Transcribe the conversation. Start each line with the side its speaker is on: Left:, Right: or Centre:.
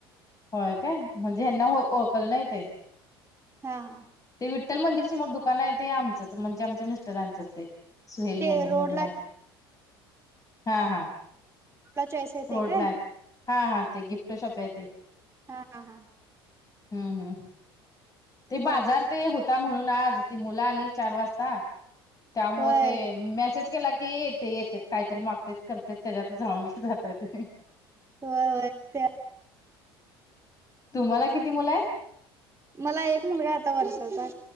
Left: होय काय म्हणजे हना ओळखल नाही ते
Right: हा हा
Left: ते विठ्ठल मंदिर समोर दुकान आहे ते आमचंच म्हणजे आमच्या मिस्टरांचंच ते सुहेल
Right: ते
Left: मोमन
Right: रोडला
Left: म्हणून आहेत हा हा
Right: आपला चॉईस आहे ते
Left: रोडला
Right: काय
Left: आहेत हा हा ते गिफ्ट शॉप आहे ते
Right: हा हा हा
Left: हम्म हम्म ते
Right: होय
Left: बाजार ते होता म्हणून आज ती मुला आली चार वाजता त्यामुळे
Right: होय
Left: ते मेसेज केला की येते येतेत काहीतरी मागते करते त्याच्यात जाऊून घे जातय ते
Right: होय होय ते
Left: तुम्हाला किती मुलं आहेत
Right: मला एक मुलगा आता वर्षाचा